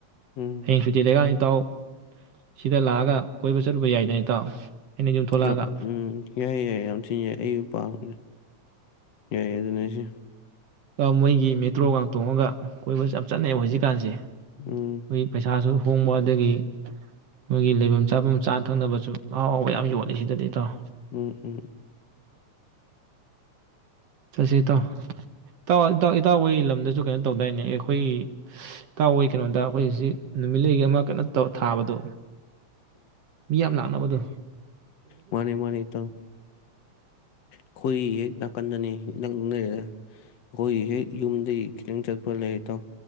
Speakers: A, on the left; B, on the right.
A: ꯎꯝ
B: ꯍꯌꯦꯡ ꯁꯨꯇꯤ ꯂꯩꯀ ꯇꯥꯎ ꯁꯤꯗ ꯂꯥꯛꯑꯒ ꯀꯣꯏꯕ ꯆꯠꯂꯨꯕ ꯌꯥꯏꯗ ꯏꯇꯥꯎ ꯑꯩꯅ ꯌꯨꯝ ꯊꯣꯛꯂꯛꯑꯒ
A: ꯌꯝ ꯎꯝ ꯌꯥꯏ ꯌꯥꯏ ꯌꯥꯝ ꯊꯤꯅ ꯌꯥꯏ ꯑꯩꯅ ꯄꯥꯝꯅꯦ ꯌꯥꯏ ꯑꯗꯨꯅꯦ ꯍꯥꯏꯁꯦ
B: ꯃꯣꯏꯒꯤ ꯃꯦꯇ꯭ꯔꯣꯒ ꯇꯣꯡꯉꯒ ꯀꯣꯏꯕ ꯌꯥꯝ ꯆꯠꯅꯩꯑꯦ ꯍꯧꯖꯤꯛꯀꯥꯟꯁꯦ
A: ꯎꯝ
B: ꯍꯣꯌꯦ ꯄꯩꯁꯥꯁꯨ ꯍꯣꯡꯋꯗꯒꯤ ꯃꯣꯏꯒꯤ ꯂꯩꯐꯝ ꯆꯥꯐꯝ ꯆꯥ ꯊꯛꯅꯕꯁꯨ ꯑꯍꯥꯎ ꯍꯥꯎꯕ ꯌꯥꯝ ꯌꯣꯜꯂꯦ ꯁꯤꯗꯗꯤ ꯏ ꯇꯥꯎꯣ
A: ꯎꯝ ꯎꯝ
B: ꯆꯠꯁꯦ ꯏꯇꯥꯎ ꯏꯇꯥꯎ ꯇꯥꯎ ꯏꯇꯥꯎ ꯋꯣꯏ ꯂꯝꯗꯁꯨ ꯀꯩꯅꯣ ꯇꯧꯗꯥꯏꯅꯦ ꯑꯦ ꯑꯩꯈꯣꯏꯒꯤ ꯏꯇꯥꯎꯋꯣꯏ ꯀꯩꯅꯣꯗ ꯑꯩꯈꯣꯏꯁꯤ ꯅꯨꯃꯤꯠꯂꯩꯒꯤ ꯑꯃ ꯀꯠꯅ ꯇꯧ ꯊꯥꯕꯗꯣ ꯃꯤ ꯌꯥꯝ ꯂꯥꯛꯅꯕꯗꯨ
A: ꯃꯥꯅꯤ ꯃꯥꯅꯤ ꯏ ꯇꯥꯎ ꯑꯈꯣꯏꯌꯦ ꯅ ꯀꯟꯗꯅꯤ ꯅꯪ ꯂꯩꯔ ꯑꯈꯣꯏꯒꯤ ꯍꯦꯛ ꯌꯨꯝꯗꯒꯤ ꯈꯤꯇꯪ ꯆꯠꯄ ꯂꯩꯔꯦ ꯇꯥꯎ